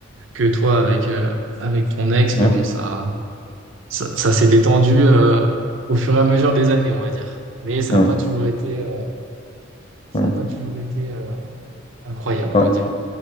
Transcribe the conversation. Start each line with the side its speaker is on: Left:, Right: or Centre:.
Right: que toi avec euh, avec ton ex,
Left: hum,
Right: mais bon, ça ça, ça s'est détendu euh, au fur et à mesure des années, on va dire. Mais ça
Left: hum,
Right: a pas toujours été, euh, ça
Left: hum,
Right: a pas toujours été euh, incroyable,
Left: ouais.
Right: on va dire.